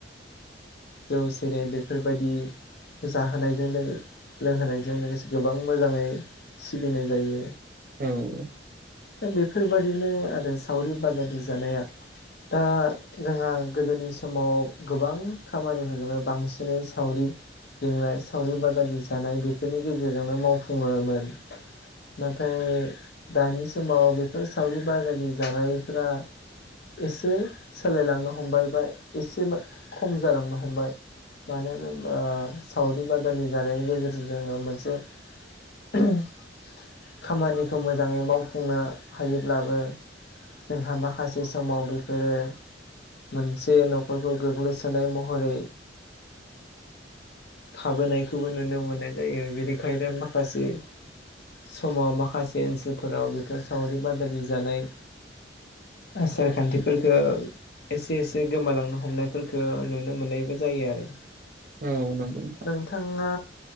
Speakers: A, on the left; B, on the right.
A: जौ सेरेब बेफोरबायदि जाहोनायजोंलो लोंहोनायजों लोगोसे गोबां मोजाङै सिबिनाय जायो।
B: औ।
A: दा बेफोरबायाददिनो आरो सावरि बाजादि जानाया दा जोंहा गोदोनि समाव गोबां खामानिफोरखौनो बांसिनै सावरि लेंनाय सावरि बादालि जानाय बेफोरनि गेजेरजोंनो मावफुङोमोन। नाथाय दानि समाव बेफोर सावरि बाजालि जानायफोरा एसे सोलायलांनो हमबायबाय। एसे खम जालांनो हमबाय मानो होनोब्ला सावरि बादालि जानाय गेजेरजों जोङो मोनसे <unintelligible> खामानिखौ मोजाङै मावफुंनो हायोब्लाबो जोंहा माखासे समाव बेफोरो मोनसे न'खरखौ गोग्लैसोनाय महरै थाबोनायखौबो नुनो मोननाय जायो। बेनिखायनो माखासे समाव माखासे ओनसोलफोराव बेफोर सावरि बादालि जानाय आसारखान्थिफोरखौ एसे एसे गोमालांनो हमनायफोरखौ नुनो मोननायबो जायो आरो।
B: औ नंगौ।
A: बिथाङा